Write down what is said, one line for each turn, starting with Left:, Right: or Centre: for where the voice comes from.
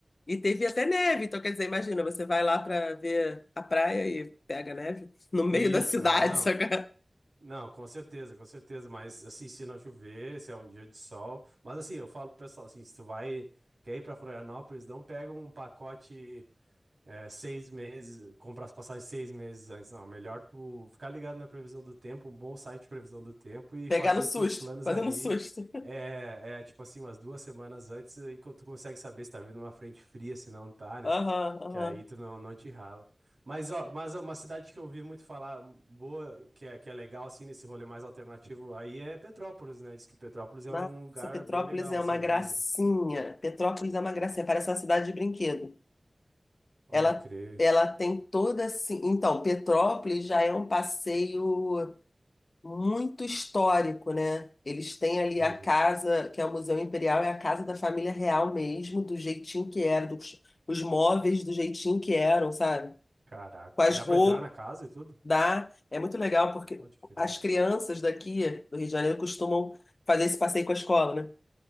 Left: E teve até neve, então quer dizer, imagina, você vai lá para ver a praia e pega neve no meio
Right: Isso,
Left: da cidade,
Right: é, não.
Left: <laughs> sabe?
Right: Não, com certeza, com certeza, mas assim, se não chover, se é um dia de sol... Mas assim, eu falo pro pessoal, assim, se tu vai, quer ir pra Florianópolis, não pega um pacote é, seis meses, comprar as passagens seis meses antes, não. É Melhor tu ficar ligado na previsão do tempo, um bom site de previsão do tempo e
Left: Pegar
Right: fazer
Left: no
Right: os
Left: susto,
Right: teus planos
Left: fazendo
Right: ali...
Left: susto.
Right: É, é tipo assim, umas duas semanas antes, e quando tu consegue saber se tá vindo uma frente fria, se não tá, né?
Left: <laughs> Aham, aham.
Right: Que aí tu não, não te rala. Mas, ó, mas ó, uma cidade que eu ouvi muito falar hum, boa, que é, que é legal, assim, nesse rolê mais alternativo, aí é Petrópolis, né? Diz que Petrópolis é
Left: Nossa,
Right: um lugar
Left: Petrópolis
Right: bem legal,
Left: é
Right: assim,
Left: uma gracinha.
Right: de ir, né?
Left: Petrópolis é uma gracinha, parece uma cidade de brinquedo.
Right: Pode
Left: Ela,
Right: crer.
Left: ela tem toda assim. Então, Petrópolis já é um passeio muito histórico, né? Eles têm ali
Right: Uhum.
Left: a casa, que é o Museu Imperial, é a casa da família real mesmo, do jeitinho que era, dos, os móveis do jeitinho que eram, sabe?
Right: Caraca.
Left: Com as
Right: E Dá pra
Left: roupas
Right: entrar na casa e tudo?
Left: Dá, é muito legal porque
Right: Pode crer.
Left: as crianças daqui do Rio de Janeiro costumam fazer esse passeio com a escola, né?